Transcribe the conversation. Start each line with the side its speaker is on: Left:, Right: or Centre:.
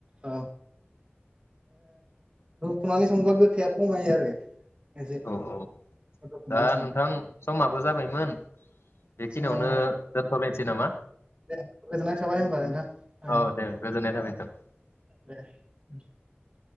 Right: औ हुनानै संबा गोखाया खमायो आरो एसे
Left: औ औ
Right: रुखुनानै
Left: दा
Right: संबा
Left: नोंथां समाबो जाबायमोन बेखिनियावनो
Right: समा
Left: दोनथ'लायनोसै
Right: गोजोननाय
Left: नामा
Right: थाबाय होनोमबा नोंथां
Left: औ दे <unintelligible>
Right: <unintelligible>